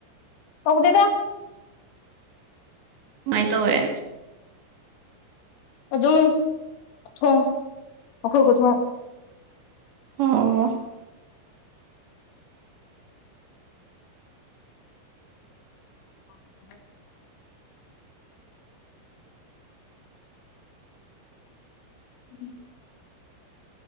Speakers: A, on the left; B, on the right.
A: ꯇꯧꯗꯦꯗ
B: ꯃꯥꯏ ꯇꯧꯌꯦ
A: ꯑꯗꯨꯝ ꯊꯨꯝ ꯑꯈꯣꯏ ꯈꯨꯊꯣꯡ
B: ꯑꯣ
A: <unintelligible> ꯎꯝ